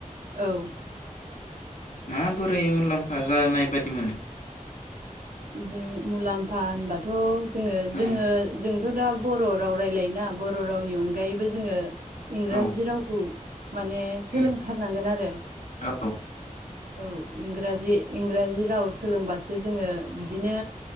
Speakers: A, on the right; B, on the left.
A: औ
B: माबोरै मुलाम्फा जानाय बादि मोनो
A: जों मुलाम्फा होनबाथ' जोङो
B: उम
A: जोङो जोंथ' दा बर' राव रायलाय ना बर' रावनि अनगायैबो जोङो इंराजि
B: औ
A: रावखौ माने सोलोंथारनांगोन
B: उम
A: आरो
B: औ
A: औ इंराजि इंराजि राव सोलोंबासो जोङो बिदिनो